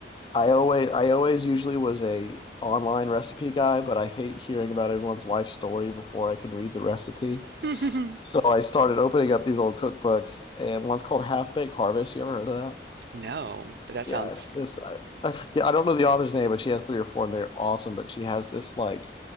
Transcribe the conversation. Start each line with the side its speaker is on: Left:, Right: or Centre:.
Left: I always I always usually was a online recipe guy, but I hate hearing about everyone's life story before I can read the recipe.
Right: <laughs>
Left: So I started opening up these old cookbooks and one's called Half Baked Harvest. You ever heard of that?
Right: No, but that
Left: yeah,
Right: sounds.
Left: it's this. I, I forget. I don't know the author's name, but she has three or four, and they're awesome. But she has this like